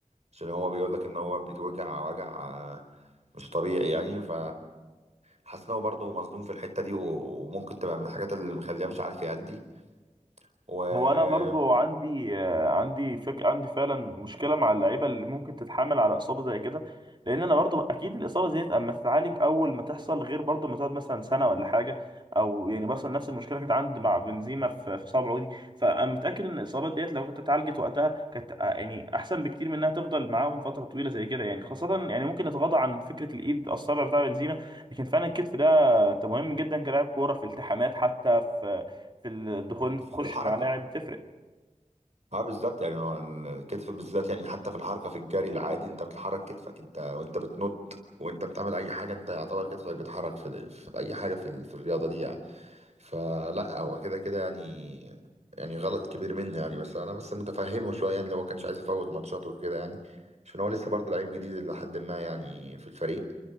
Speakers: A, on the right; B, on the right.
A: عشان هو بيقول لك ان هو بيتوجع وجع آه، مش طبيعي يعني ف حاسس ان هو برضه مظلوم في الحته دي و- وممكن تبقى من الحاجات اللي مخليه مش عارف يأدي وفي
B: هو انا برضو عندي آه، عندي فك عندي فعلا مشكله مع اللعيبه اللي ممكن تتحمل على اصابه زي كده لان انا برضو اكيد الاصابه ديت اما تتعالج اول ما تحصل غير برضو ما تقعد مثلا سنه ولا حاجه او يعني مثلا نفس المشكله كانت عندي مع بنزيما في في صابعه دي فانا متاكد ان الاصابات ديت لو كانت اتعالجت وقتها كانت آه، يعني احسن بكتير من انها تفضل معاهم فتره طويله زي كده يعني خاصه يعني ممكن نتغاضى عن فكره الايد الصابع بتاع بنزيما لكن فعلا الكتف ده آه، مهم جدا كلاعب كوره في التحامات حتى في في الدخول انت تخش
A: الحركه
B: مع لاعب تفرق
A: اه بالظبط يعني هو الكتف بالذات يعني حتى في الحركه في الجري العادي انت بتحرك كتفك انت وانت بتنط وانت بتعمل اي حاجه انت يعتبر كتفك بيتحرك في, في اي حاجه في, ال- في الرياضه دي يعني فلا هو كده كده يعني يعني غلط كبير منه يعني بس انا بس متفهمه شويه يعني لو ما كانش عايز يفوت ماتشات وكده يعني عشان هو لسه برضه لعيب جديد لحد ما يعني في الفريق